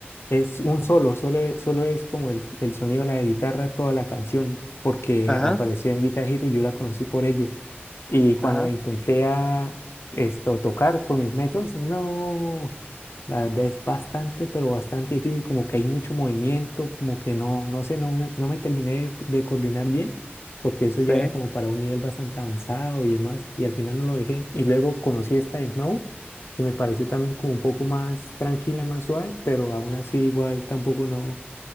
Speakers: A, on the left; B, on the left.
A: Es un solo, solo, e- solo es como el, el sonido de la guitarra, toda la canción, porque
B: Ajá,
A: apareció en Guitar Hero y yo la conocí por ello. Y cuando
B: ajá,
A: la intenté a esto tocar por mis métodos, no, la verdad es bastante, pero bastante difícil, como que hay mucho movimiento, como que no, no sé, no me, no me terminé de, coordinar bien, porque eso ya
B: sí.
A: era como para un nivel bastante avanzado y demás, y al final no lo dejé. Y luego conocí esta de Snow, que me pareció también como un poco más tranquila, más suave, pero aún así igual tampoco no,